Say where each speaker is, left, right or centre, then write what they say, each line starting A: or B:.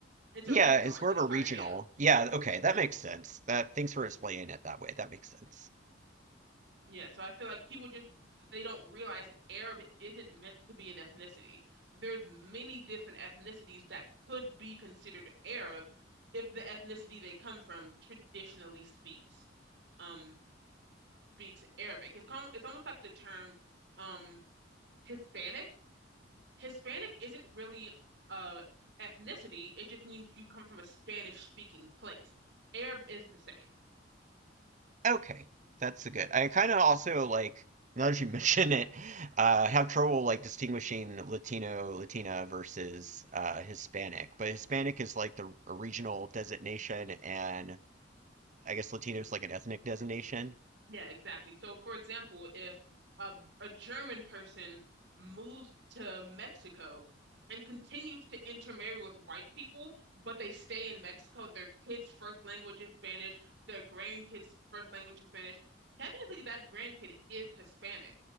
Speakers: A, on the right; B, on the right.
A: It's
B: Yeah,
A: a regional
B: it's
A: identifier,
B: more of a regional.
A: yeah.
B: Yeah, okay, that makes sense. That thanks for explaining it that way. That makes sense.
A: Yeah, so I feel like people just they don't realize Arab isn't meant to be an ethnicity. There's many different ethnicities that could be considered Arab if the ethnicity they come from traditionally speaks um speaks Arabic. It's com it's almost like the term um Hispanic, Hispanic isn't really uh ethnicity. It just means you come from a Spanish speaking place. Arab is the same.
B: Okay, that's a good. I kind of also like now that you <laughs> mention it, uh, have trouble like distinguishing Latino, Latina versus uh, Hispanic. But Hispanic is like the a regional designation, and I guess Latino is like an ethnic designation.
A: Yeah, exactly. So for example, if a a German person moves to Mexico and continues to intermarry with white people, but they stay in Mexico, their kids' first language is Spanish, their grandkids' first language is Spanish. Technically, that grandkid is Hispanic,